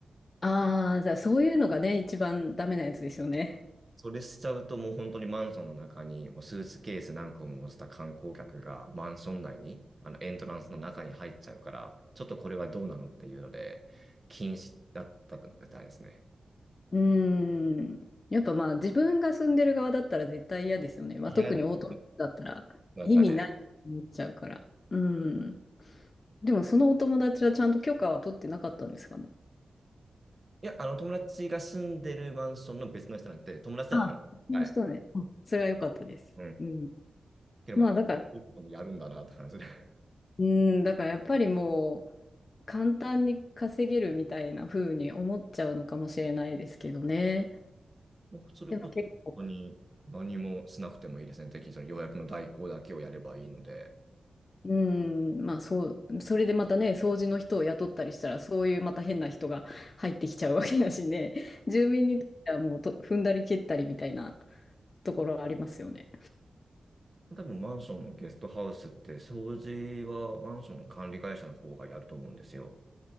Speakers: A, on the left; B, on the right.
A: ああ、じゃあそういうのがね、一番ダメなやつですよね。
B: それしちゃうともう本当にマンションの中にもうスーツケース何個も持った観光客がマンション内にあのエントランスの中に入っちゃうからちょっとこれはどうなのっていうので禁止だったみたいですね。
A: うーん。やっぱまあ自分が住んでる側だったら絶対嫌ですよね。まあ特にオートロックだったら意味ないと思っちゃうから。
B: 嫌です。なんかね
A: うん。でもそのお友達はちゃんと許可は取ってなかったんですかね。
B: いや、あの友達が住んでるマンションの別の人なんて友達じゃない。
A: あ、そういう人ね。
B: はい。
A: あそれは良かったです。
B: うん。
A: うん。
B: ければなんかそういうこともやるんだなって感じで。
A: まあだから、
B: <laughs>
A: うん、だからやっぱりもう簡単に稼げるみたいな風に思っちゃうのかもしれないですけどね。
B: もうそれこそ本当に何もしなくてもいいですね。
A: でも結構
B: 適宜その予約の代行だけをやればいいので。
A: うん、まあそう、それでまたね、掃除の人を雇ったりしたら、そういうまた変な人が入ってきちゃうわけだしね、<laughs> 住民にとってはもうと踏んだり蹴ったりみたいなところありますよね。
B: 多分マンションのゲストハウスって掃除はマンションの管理会社の方がやると思うんですよ。